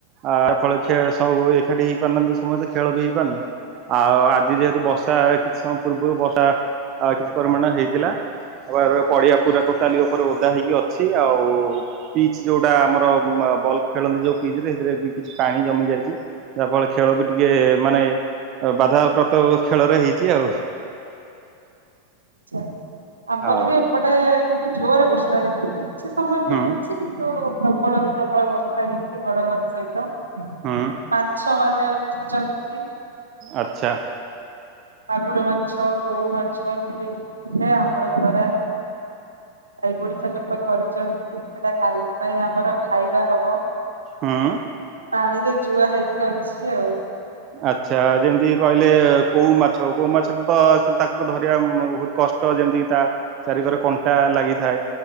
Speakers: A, on the right (about 35°); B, on the right (about 80°).
A: ଆ ଫଳରେ ସବୁ ଏକାଠି ହେଇପାରୁନାହାନ୍ତି ସମସ୍ତେ ଖେଳ ବି ହେଇପାରୁନି। ଆଉ ଆଜି ଯେହେତୁ ବର୍ଷା କିଛି ସମୟ ପୂର୍ବରୁ ବର୍ଷା କିଛି ପରିମାଣ ହେଇଥିଲା। ଆ ପଡିଆ ପୁରା ଟୋଟାଲି ଉପରେ ଓଦା ହେଇକି ଅଛି, ଆଉ ପିଚ ଯୋଉଟା ଆମର ଅ ବଲ ଖେଳନ୍ତି ଯୋଉ ପିଚ ରେ ସେଥିରେ ବି କିଛି ପାଣି ଜମି ଯାଇଚି, ଯାହା ଫଳରେ ଖେଳ ବି ଟିକେ ମାନେ ଆଉ ବାଧାପ୍ରାପ୍ତ ଖେଳରେ ହେଇଚି ଆଉ।
B: ଆଛା ଆମରି
A: ହଁ
B: ବି ଏପଟେ କିନ୍ତୁ ଜୋରରେ ବର୍ଷା ହେଇଚି। କିଛି ସମୟ
A: ହୁଁ
B: ପାଇଁ ହେଇଚି, କିନ୍ତୁ ପ୍ରବଳରୁୁ ପ୍ରବଳ ବର୍ଷା ହେଇଚି ଘଡଘଡି ସହିତ।
A: ହୁଁ।
B: ମାଛ ମାନେ ଉଠିଚନ୍ତି।
A: ଆଚ୍ଛା।
B: ମାଗୁର ମାଛ, କଉ ମାଛ ସବୁଏ ଆମର ଦରା ଏ ଓଡିଶା ଲୋକ ଧରିଚନ୍ତି, ସେଟା କାଲି ପାଇଁ ଆମର ଖାଇବା ହବ।
A: ହଁ।
B: ପାଣି ରେ ଜୁଆ ହେଇକି ଅଛି ଆଉ।
A: ଆଚ୍ଛା ଯେମିତି କହିଲେ କୋଉ ମାଛ, କୋଉ ମାଛର ତ ସେ ତାକୁ ତ ଧରିବା ବହୁତ କମ। କଷ୍ଟ ଯେମିତିକ ତା ଚାରିିକରେ କଣ୍ଟା ଲାଗିଥାଏ